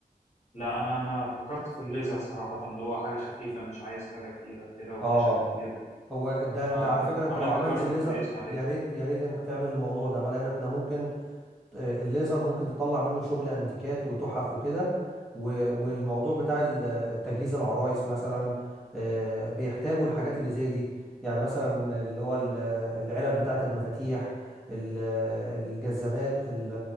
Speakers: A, on the left; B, in the centre.
A: لا انا انا فكرت في الليزر صراحة اللي هو حاجة خفيفة مش عايز حاجة تقيلة وكده وخشب
B: اه
A: كبير وكده.
B: هو ده
A: آه
B: انت على فكره انت
A: عملت
B: لو عملت
A: دراسة
B: الليزر
A: كويسة عليه
B: يا ريت يا ريت انت تعمل الموضوع ده بقى لان احنا ممكن آه، الليزر ممكن تطلع منه شغل انتيكات وتحف وكده و- والموضوع بتاع ال- تجهيز العرايس مثلا آه، بيحتاجوا الحاجات اللي زي دي يعني مثلا اللي هو ال- العلب بتاعة المفاتيح ال- الجزمات ال-